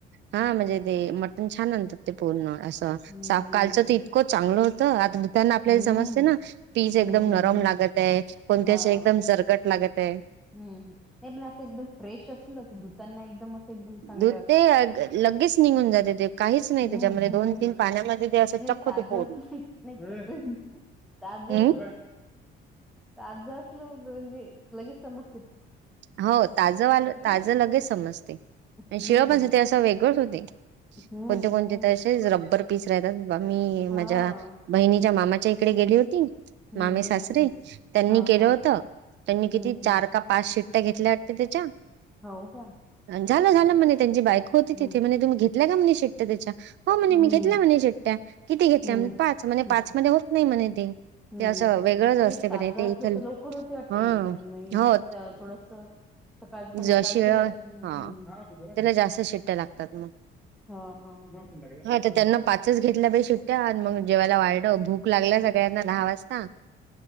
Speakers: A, on the right (about 60°); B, in the centre.
A: हा म्हणजे ते मटण छान आणतात ते पूर्ण असं.
B: हम्म
A: साफ कालचं तर इतकं चांगलं हो त आता धूतांना आपल्याला
B: हम्म
A: समजते, ना पीज एकदम
B: हम्म
A: नरम
B: हम्म
A: लागताय पण
B: हा
A: एकदम जरगट लागतय.
B: हम्म नाही पण असं एकदम फ्रेश असलं की धुतांना एकदम असं एकदम चांगलं
A: धुते
B: वाटतं
A: लगेच निघून जाते ते. काहीच नाही
B: हम्म-
A: त्याच्यामध्ये
B: हम्म
A: दोन तीन पाण्यामध्ये ते असं
B: नाही
A: चक्क
B: ताजंच
A: होते पूर्ण
B: <inaudible> नाही- नाही. ताज
A: हम्म
B: अस <inaudible> ताज असल म्हणजे लगेच समज
A: हो ताजं वालं,
B: नाही
A: ताज लगेच समजतय. आणि
B: हम्म
A: शिळ पण ते असं वेगळंच होते.
B: हम्म
A: कोणटे- कोणते
B: हम्म
A: तर अशे रब्बर पीस राहतात मी
B: हा
A: माझ्या बहिणीच्या मामाच्या इकडे गेली होती.
B: हम्म
A: मामे सासरे
B: हम्म हम्म
A: त्यांनी
B: हा
A: केल
B: हा
A: होत, त्यांनी किती
B: हम्म हम्म
A: चार का पाच शिट. शिट्ट्या घेतल्या वाटत त्याच्या.
B: हो का
A: आणि झाल झाल म्हणे त्यांची बायक होती
B: हम्म
A: तिथे. म्हणे तुम्ही घेत घेतल्या का म्हणे शेट्ट्या त्याच्या. हो म्हणे
B: हम्म
A: मी घेतल्या. म्हणे शेट्ट्या. किती घेतल्या
B: हम्म
A: म्हणे. पाच
B: हम्म
A: पाच मध्ये होत नाही म्हणे ते.
B: हम्म.
A: ते अस वेगळच
B: नाही
A: असते
B: ताजं
A: पण ते
B: असलं
A: इथ.
B: तर लवकर होते वाटते
A: हा
B: आणि
A: हो
B: थोडस सकाळचं संध्याकाळ
A: ज शिळ,
B: केलं की हम्म
A: हा
B: बोला ना.
A: त्याला जास्त शिट्ट्या लागतात मग.
B: हा हा.
A: हा तर त्यांना
B: आहे.
A: पाचच घेतल्या बयी सीट्ट्या. आणि मग जेवायला वाढ भूक लागल्या सगळ्यांना दहा वाजता.